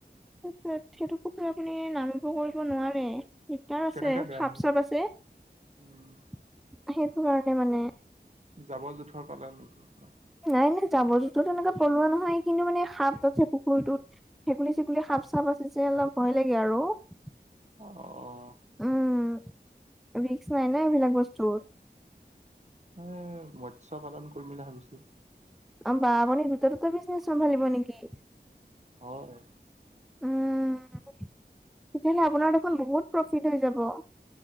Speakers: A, in the centre; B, on the right.
A: তাৰপিছত সেইটো পুখুৰী আপুনি নামিব কৰিব নোৱাৰে। <inaudible> দিগদাৰ আছে
B: কেনেকে বেয়া
A: সাপ-চাপ
B: হ'ল
A: আছে সেইটো
B: উম
A: কাৰণে মানে। <inaudible>
B: জাবৰ-জোথৰ পেলাই নাই? <unintelligible>
A: নাই-নাই, জাবৰ-জোথৰ এনেকে পেলোৱা নহয় কিন্তু মানে সাপ আছে পুখুৰীটোত। <inaudible> ভেকুলী-চেকুলি, সাপ-চাপ আছে যে অলপ ভয় লাগে আৰু। <unintelligible>
B: অ <inaudible>
A: উম! ৰিক্স নাই ন এইবিলাক বস্তুত। <inaudible>
B: উম! মৎস্য পালন কৰিম বুলি ভাবিছোঁ। <unintelligible>
A: <inaudible> মানে দুটা-দুটা বিজনেছ চম্ভালিব নেকি? <unintelligible>
B: হয়। <unintelligible>
A: উ তেতিয়াহলে আপোনাৰ দেখোন বহুত প্ৰফিট হৈ যাব